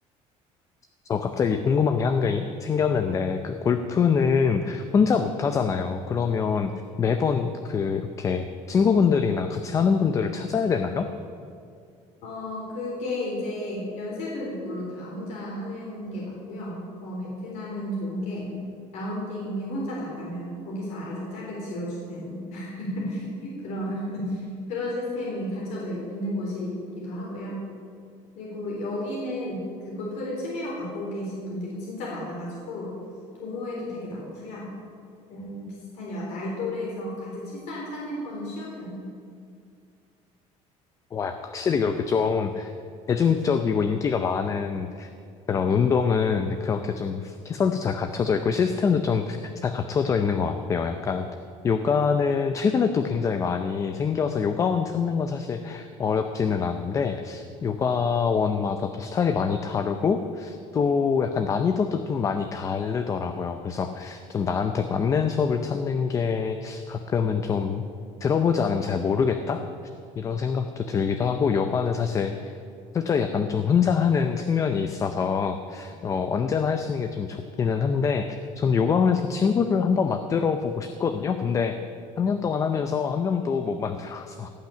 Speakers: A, on the left (about 25°); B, on the left (about 65°).
A: 저 갑자기 궁금한 게 한 개 생겼는데 그 골프는 혼자 못 하잖아요. 그러면 매번 그 이렇게 친구분들이나 같이 하는 분들을 찾아야 되나요?
B: 어, 그게 이제 연습은 물론 다 혼자 하는 게 맞고요. 어, 베트남은 좋은 게 라운딩에 혼자 나가면 거기서 알아서 짝을 지어주는 <laughs> 그런 그런 시스템이 갖춰져 있- 있는 곳이기도 하고요. 그리고 여기는 그 골프를 취미로 갖고 계신 분들이 진짜 많아가지고 동호회도 되게 많고요. 음, 비슷한 여- 나이 또래에서 같이 칠 사람 찾는 거는 쉬운 편이에요.
A: 와, 확실히 그렇게 좀 대중적이고 인기가 많은 그런 운동은 그렇게 좀 시설도 잘 갖춰져 있고 시스템도 좀 잘 갖춰져 있는 것 같아요. 약간 요가는 최근에 또 굉장히 많이 생겨서 요가원 찾는 건 사실 어렵지는 않은데 요가원마다 또 스타일이 많이 다르고 또 약간 난이도도 좀 많이 다르더라고요. 그래서 좀 나한테 맞는 수업을 찾는 게 가끔은 좀 들어보지 않으면 잘 모르겠다? 이런 생각도 들기도 하고 요가는 사실 실제 약간 좀 혼자 하는 측면이 있어서 어, 언제나 할 수 있는 게 좀 좋기는 한데 전 요가원에서 친구를 한번 만들어 보고 싶거든요. 근데 3년 동안 하면서 한 명도 못 만들어서